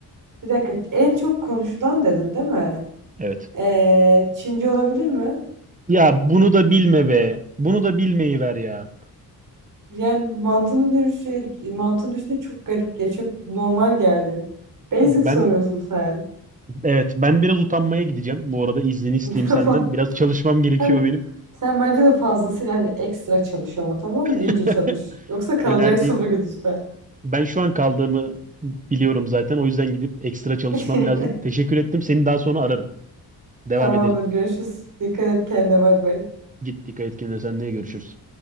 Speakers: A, on the right; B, on the right.
A: Bir dakika. En çok konuşulan dedin değil mi?
B: Evet.
A: Ee, Çince olabilir mi?
B: Ya bunu da bilme be. Bunu da bilmeyi ver ya.
A: Yani mantığını düş şey, mantığını düşünce çok garip ya. Çok normal geldi. Basic
B: Ben
A: soruyorsun sen.
B: evet ben biraz utanmaya gideceğim. Bu arada iznini isteyeyim
A: <laughs> Tamam.
B: senden. Biraz çalışmam gerekiyor
A: Sen,
B: benim.
A: sen bence de fazlasıyla hani ekstra çalış ama tamam mı?
B: <laughs>
A: İyice çalış. Yoksa kalacaksın
B: Önerdiğin
A: bugün işte.
B: ben şu an kaldığımı biliyorum zaten. O yüzden gidip ekstra çalışmam
A: <laughs>
B: lazım. Teşekkür ettim. Seni daha sonra ararım. Devam
A: Tamamdır.
B: edelim.
A: Görüşürüz. Dikkat et kendine. Bay bay.
B: Git dikkat et kendine. Seninle görüşürüz.